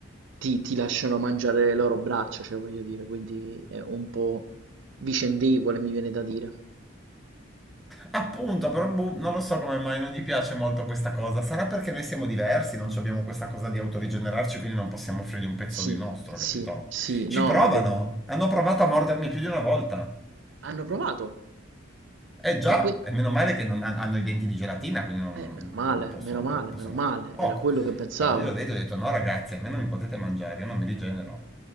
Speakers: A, on the right; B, in the centre.
A: ti, ti lasciano mangiare le loro braccia, cioè voglio dire, quindi è un po' vicendevole, mi viene da dire.
B: Appunto, però boh, non lo so come mai non gli piace molto questa cosa. Sarà perché noi siamo diversi, non abbiamo questa cosa di autorigenerarci, quindi non possiamo offrirgli un pezzo
A: Sì,
B: di nostro,
A: sì,
B: capito?
A: sì,
B: Ci
A: no,
B: provano.
A: avrei-
B: Hanno provato a mordermi più di una volta.
A: hanno provato,
B: Eh già,
A: ma qui,
B: e meno male che non han- hanno i denti di gelatina, quindi non,
A: eh, meno male,
B: non possono,
A: meno male,
B: po- possono
A: meno male,
B: farci poco.
A: era quello che pensavo.
B: Però io ho detto, ho detto no ragazzi, a me non mi potete mangiare, io non mi rigenero.